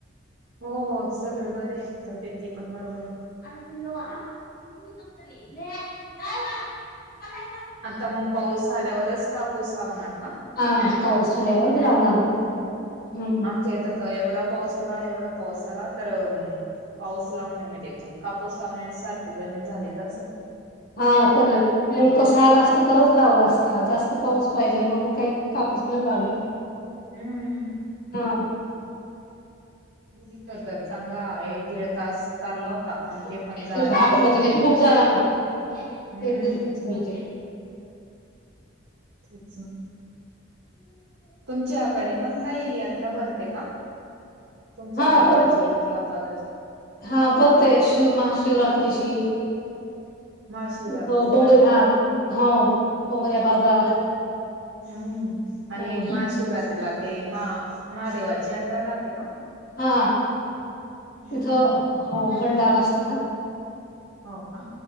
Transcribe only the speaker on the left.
<inaudible>
हा पाऊस झाल्यावर लावणार
ना हम्म
हा तस मग तस आला असत
तरच लावला असत जास्त पाऊस पाहिजे म्हणून काही कापूस नाही लागला
हा
दिवस
म्हज खूप झाला ना
एक दिवसास म्हजे
ह
हा
परत
हा भरंते शिव महाशिवरात्रीची
तिथ <inaudible> बोंग
हा हो बोंगर्या बाजार
हम्म
हा
तिथं भंडारा असतो ना